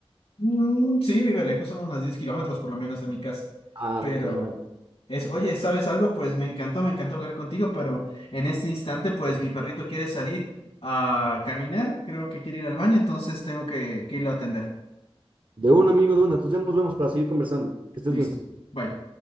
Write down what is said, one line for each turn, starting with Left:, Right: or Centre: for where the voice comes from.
Left: Mm, sí, vive lejos, son unos 10 kilómetros por lo menos de mi casa.
Right: Ah,
Left: Pero
Right: claro.
Left: es, oye, ¿sabes algo? Pues me encantó, me encantó hablar contigo, pero en este instante, pues mi perrito quiere salir a caminar, creo que quiere ir al baño, entonces tengo que, que irlo a atender.
Right: De un amigo de una, entonces ya nos vemos para seguir conversando. Que estés
Left: Listo.
Right: bien.
Left: Bye.